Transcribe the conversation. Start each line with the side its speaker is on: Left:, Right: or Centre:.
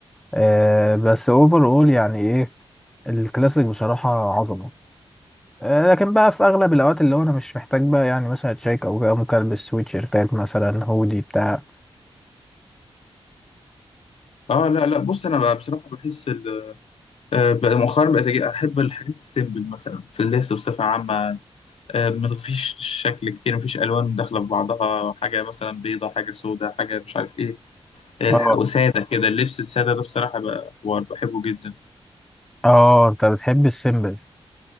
Centre: آه بس اوفر اول يعني ايه الكلاسيك بصراحة عظمة آه لكن بقى في اغلب الاوقات اللي هو انا مش محتاج بقى يعني مثلا تشيك او كده ممكن البس سويتشيرتات مثلا هودي بتاع
Left: اه لا لا بص انا بقى بصراحه بحس ال- آه، بقى مؤخرا بقيت أجي- احب الحاجات السيمبل مثلا في اللبس بصفه عامه آه، ما فيش شكل كتير ما فيش الوان داخله في بعضها حاجه مثلا بيضه حاجه سوداء حاجه مش عارف ايه الح-
Centre: اه
Left: وسادة كده اللبس السادة ده بصراحة بقى حوار بحبه جدا
Centre: اه انت بتحب السيمبل